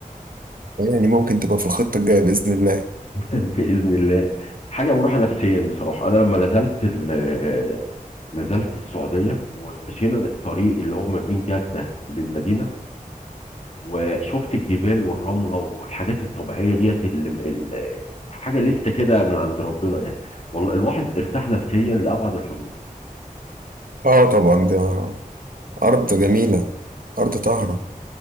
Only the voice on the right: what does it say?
يعني ممكن تبقى في الخطة الجاية بإذن الله
اه طبعا دي أرض جميلة أرض طاهرة